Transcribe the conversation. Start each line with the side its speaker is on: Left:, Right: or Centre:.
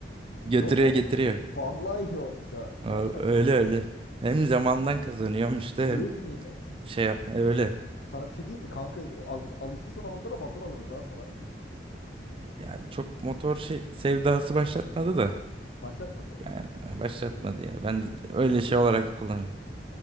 Right: Götürüyor
Left: Yo ba-
Right: getiriyor.
Left: vallahi iyi olmuş ha. Kur'an
Right: Ö-
Left: çarpsın
Right: Öyle
Left: ya.
Right: öyle. Hem zamandan kazanıyorum işte
Left: Büyük
Right: hem
Left: nimet.
Right: şey yap e, öyle.
Left: Sana bir şey diyeyim mi kanka? Al, alışırsan o motora motor alırız lan sana.
Right: Yani çok motor şey, sevdası başlatmadı da.
Left: Başlatmadı mı?
Right: Ya başlatmadı ya. Ben öyle şey olarak kullanıyorum.